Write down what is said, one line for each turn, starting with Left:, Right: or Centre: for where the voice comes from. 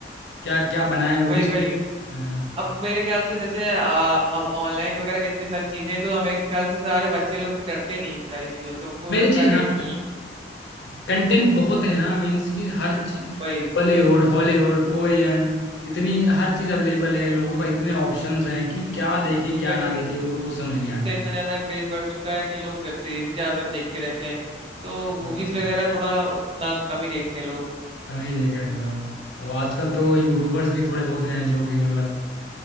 Left: क्या क्या बनाया है वो
Right: वही
Left: भी सोच
Right: वही
Left: हाँ
Right: अब मेरे ख्याल से जैसे आ, अब ऑनलाइन वगैरह इतनी सारी चीजें हैं तो हमें ख्याल से सारे बच्चे लोग भी डरते नहीं इन सारी चीजों से उनको
Left: मेरी
Right: लगता
Left: चीज
Right: है अरे
Left: हाँ
Right: ठीक
Left: कंटेंट बहुत है ना मीन्स कि हर चीज
Right: भाई
Left: बॉलीवुड हॉलीवुड कोरियन इतनी हर चीज अवेलेबल है लोगों पास इतने ऑप्शंस
Right: वेब सीरीज
Left: हैं कि क्या देखें
Right: भी
Left: क्या
Right: वेब
Left: ना
Right: सीरीज
Left: देखें उनको खुद समझ नहीं आता
Right: का इतना
Left: है
Right: ज्यादा क्रेज बढ़ चुका है कि लोग वेब सीरीज ही ज्यादातर देखते रहते हैं तो
Left: हम्म।
Right: मूवीज वगैरह थोड़ा उतना कम ही देखते हैं लोग
Left: तो हम ही देख रहे हैं थोड़ा और आजकल तो यूट्यूबर्स भी थोड़े बहुत हैं जो कि मतलब